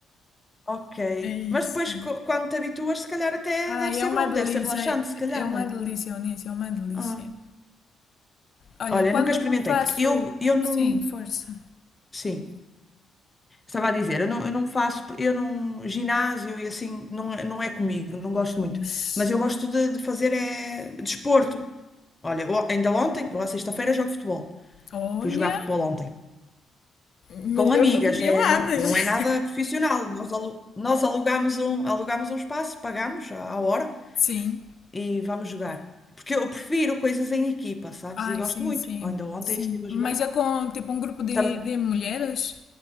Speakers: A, on the left; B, on the left.
A: Ok,
B: É isso.
A: mas depois co- quando te habituas, se calhar até
B: Ai,
A: deve
B: é
A: ser
B: uma
A: bom,
B: delícia,
A: deve ser relaxante,
B: é
A: se calhar,
B: é uma
A: não é?
B: delícia, Onísio, é uma delícia.
A: Ah,
B: Olha,
A: olha,
B: quando
A: nunca experimentei,
B: não faço.
A: porque eu, eu não.
B: Sim, força.
A: Sim. Estava a dizer, eu não, eu não faço, eu não, ginásio e assim, não, é, não é comigo, não gosto
B: Pois.
A: muito. Mas eu gosto de, de fazer é desporto. Olha, o- ainda ontem, eu à sexta-feira jogo futebol.
B: Olha,
A: Fui jogar futebol ontem.
B: melhor
A: Com amigas,
B: do que Pilates.
A: é, não, não é nada profissional. Nós, alu, nós alugamos um, alugamos um espaço, pagamos à, à hora
B: <laughs> Sim.
A: e vamos jogar. Porque eu prefiro coisas em equipa, sabes?
B: Ai,
A: E gosto
B: sim,
A: muito.
B: sim,
A: Ainda ontem
B: sim.
A: estive a
B: Mas
A: jogar.
B: é com tipo um grupo de,
A: Tam-
B: de mulheres?